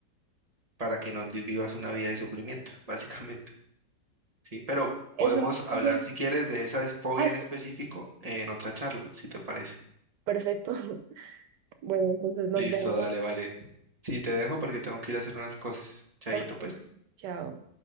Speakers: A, on the right; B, on the right.
A: para que no te- vivas una vida de sufrimiento, <laughs> básicamente, ¿sí? Pero podemos
B: Eso,
A: hablar,
B: eso es...
A: si quieres, de esa fobia
B: Ah,
A: en
B: sí.
A: específico en otra charla, si te parece.
B: Perfecto. <laughs> Bueno, entonces nos
A: Listo,
B: vemos.
A: dale, vale. Sí, te dejo porque tengo que ir a hacer unas cosas. Chaito,
B: Ok,
A: pues.
B: Chao.